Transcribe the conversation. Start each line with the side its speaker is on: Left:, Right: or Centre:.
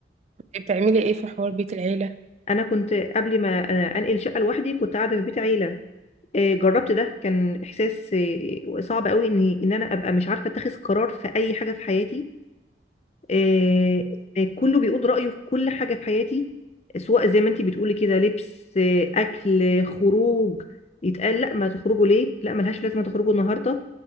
Right: بتعملي ايه في حوار بيت العيله
Left: انا كنت قبل ما أنا انقل شقة لوحدي كنت قاعدة في بيت عيلة آه، جربت ده كان احساس آه، صعب قوي ان ان انا ابقى مش عارفة اتخذ قرار في اي حاجة في حياتي آه، آه، كله بيقول رأيه في كل حاجة في حياتي سواء زي ما انتي بتقولي كده لبس آه، أكل آه، خروج يتقال لا ما تخرجوا ليه لا ملهاش لازمة تخرجوا النهاردة